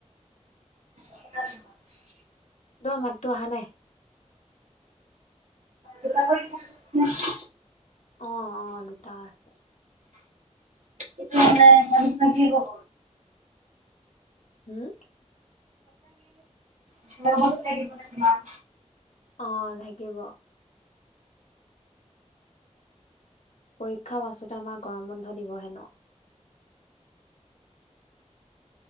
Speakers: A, on the right; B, on the left.
A: <inaudible>
B: তোমাৰ মাতটো আহা নাই।
A: কিবা কৈ <unintelligible>
B: অ', অ', দুটা আছে।
A: এতিয়া মানে <unintelligible> কি ক'ব?
B: হম।
A: <unintelligible> না তোমাক।
B: অ', লাগিব। পৰীক্ষাৰ পাছতে আমাৰ গৰম বন্ধ দিবহে ন।